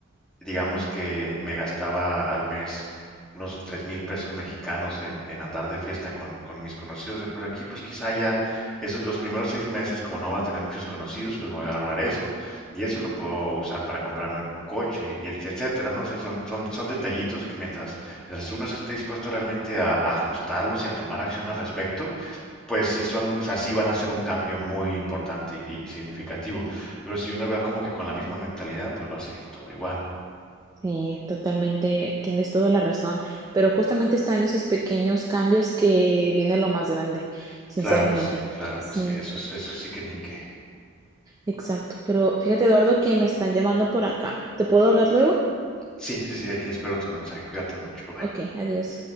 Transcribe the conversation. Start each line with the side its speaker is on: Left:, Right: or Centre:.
Centre: Digamos que me gastaba al mes unos tres mil pesos mexicanos en, en andar de fiesta con, con mis conocidos de por aquí, pues quizá ya esos los primeros seis meses, como no va a tener muchos conocidos, pues me voy a ahorrar eso. Y eso lo puedo usar para comprarme un coche, y et- etcétera, ¿no? O sea, son, son, son detallitos que mientras, mientras uno se esté dispuesto realmente a, a ajustarlos y a tomar acción al respecto, pues sí son, o sea, sí van a ser un cambio muy importante y, y significativo. Pero si uno va como que con la misma mentalidad, pues va a seguir todo igual.
Right: Sí, totalmente, tienes toda la razón, pero justamente está en esos pequeños cambios que viene lo más grande, sinceramente.
Centre: Claro que sí, claro
Right: Sí.
Centre: que sí. Eso es, eso sí que ni qué.
Right: Exacto. Pero fíjate, Eduardo, que me están llamando por acá. ¿Te puedo hablar luego?
Centre: Sí, sí, sí, hay que, espero tu mensaje. Cuídate mucho. Bye. bye.
Right: Ok, adiós.